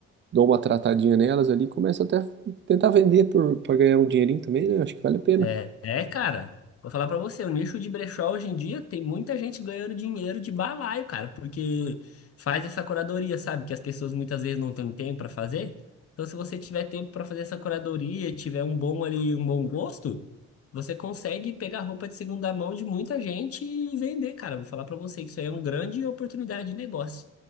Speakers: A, on the right (about 40°); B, on the left (about 50°).
A: dou uma tratadinha nelas ali, começo até a tentar vender por, para ganhar um dinheirinho também, né? Acho que vale a pena.
B: É, é, cara. Vou falar pra você, o nicho de brechó hoje em dia tem muita gente ganhando dinheiro de balaio, cara, porque faz essa curadoria, sabe? Que as pessoas muitas vezes não têm tempo pra fazer. Então, se você tiver tempo pra fazer essa curadoria, tiver um bom ali, um bom gosto, você consegue pegar roupa de segunda mão de muita gente e vender, cara. Vou falar pra você que isso aí é uma grande oportunidade de negócio.